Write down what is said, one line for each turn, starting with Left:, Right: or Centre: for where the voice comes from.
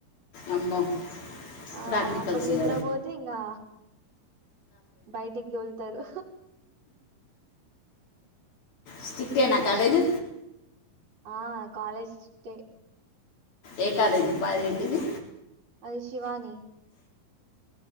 Left: అమ్మో
Right: ఆ
Left: ప్రాక్టికల్స్
Right: అప్పుడు నిద్రా
Left: ఇక
Right: పోతే ఇకా బయటికి దోల్తారు
Left: స్టిక్టే నా కాలేజ్
Right: ఆ కాలేజ్ స్టిక్టే
Left: ఏ కాలేజ్ పద ఏంటిది
Right: అది శివాని